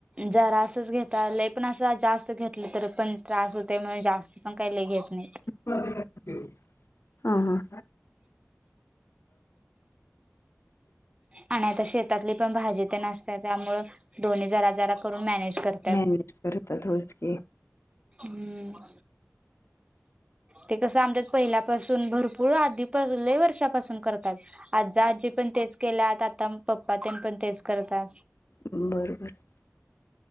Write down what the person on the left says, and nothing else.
ह <inaudible> <unintelligible> हां हां.
मॅनेज करता थोडेसक
बरोबर <inaudible>